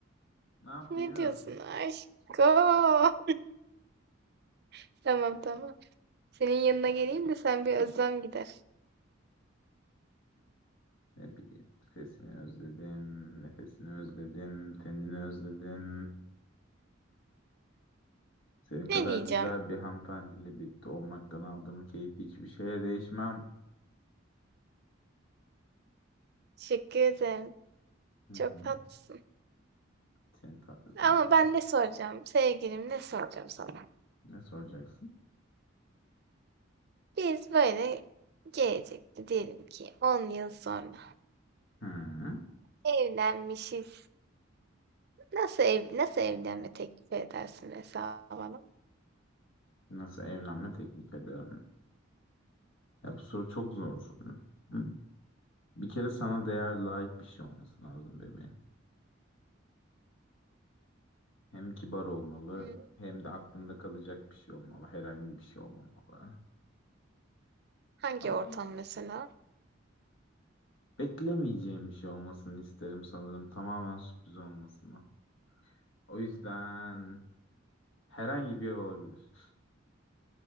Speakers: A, on the left (about 80°); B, on the right (about 55°).
A: Ne yapayım?
B: Ne diyorsun aşkım? <laughs> Tamam tamam. Senin yanına geleyim de sen bir özlem gider.
A: Ne bileyim. Sesini özledim, nefesini özledim, tenini özledim. Senin kadar
B: Ne diyeceğim?
A: güzel bir hanımefendiyle birlikte olmaktan aldığım keyif hiçbir şeye değişmem.
B: Teşekkür ederim.
A: Hı hı.
B: Çok tatlısın.
A: Seni tatlıdın
B: Ama
A: canım.
B: ben ne soracağım? Sevgilim ne soracağım sana?
A: Ne soracaksın?
B: Biz böyle gelecekte diyelim ki 10 yıl sonra
A: Hı.
B: evlenmişiz. Nasıl ev nasıl evlenme teklifi edersin mesela bana?
A: Nasıl evlenme teklif ederim? Ya bu soru çok zor. Hı. Bir kere sana değer layık bir şey olması lazım bebeğim. Hem kibar olmalı
B: Hmm,
A: hem de aklında kalacak bir şey olmalı. Herhangi bir şey olmamalı.
B: Hangi
A: Ama
B: ortam mesela?
A: beklemeyeceğim bir şey olmasını isterim sanırım. Tamamen sürpriz olmasını. O yüzden herhangi bir ev olabilir.